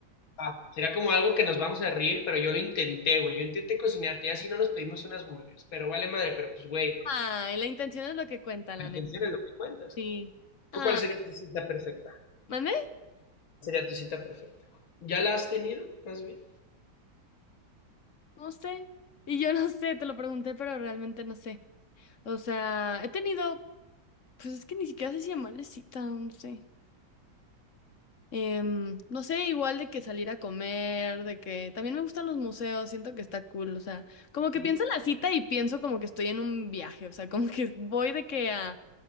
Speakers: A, on the left; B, on the left.
A: ah, sería como algo que nos vamos a reír, pero yo lo intenté, güey, yo intenté cocinarte, y así no nos pedimos unas burgers, pero vale madre, pero pues, güey,
B: Ay, la intención es lo que cuenta, la
A: la
B: neta.
A: atención es lo que cuentas.
B: Sí. Ay.
A: ¿Tú cuál sería tu cita perfecta?
B: ¿Mandé?
A: ¿Cuál Sería tu cita perfecta. ¿Ya la has tenido, más bien?
B: No sé. Y yo no sé, te lo pregunté, pero realmente no sé. O sea, he tenido, pues es que ni siquiera sé si llamarle cita, no sé. Em, no sé, igual de que salir a comer, de que también me gustan los museos, siento que está cool, o sea, como que
A: Sí,
B: pienso en la cita y pienso como que estoy en un viaje, o sea, como que <laughs> voy de que a,